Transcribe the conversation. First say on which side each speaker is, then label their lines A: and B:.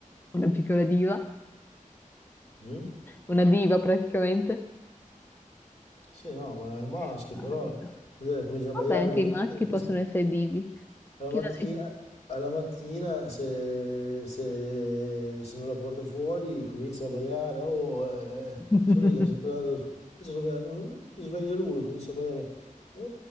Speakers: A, on the left; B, on the left.
A: Una piccola diva,
B: Mm?
A: una diva praticamente.
B: Sì, no, ma è un maschio,
A: Che bello.
B: però eh, comincia a
A: Vabbè,
B: abbaiare,
A: anche
B: non
A: i
B: lo-
A: maschi
B: comincia-
A: possono essere divi.
B: alla
A: Chi
B: mattina,
A: l'ha
B: alla mattina se, se- se non la porto fuori comincia a baiare, oh, eh,
A: detto?
B: sono lì che sono sempre
A: <laughs>
B: dato- comincia a baiare, no, no, mi sveglia lui, comincia a baiare, "Oh,